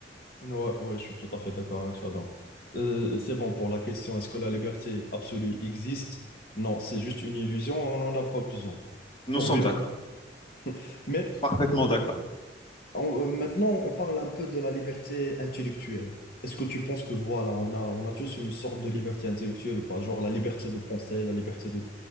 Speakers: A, on the left; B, on the left.
A: Ouais, ouais, je suis tout à fait d'accord avec toi. Donc, Euh, c'est bon pour la question, est-ce que la liberté absolue existe? Non, c'est juste une illusion, on n'en a pas besoin
B: Nous
A: pour
B: sommes
A: vivre.
B: d'accord.
A: <laughs> Mais
B: Parfaitement d'accord.
A: on- euh, maintenant, on parle un peu de la liberté intellectuelle. Est-ce que tu penses que voilà, on a, on a tous une sorte de liberté intellectuelle ou pas? Genre la liberté de penser, la liberté de...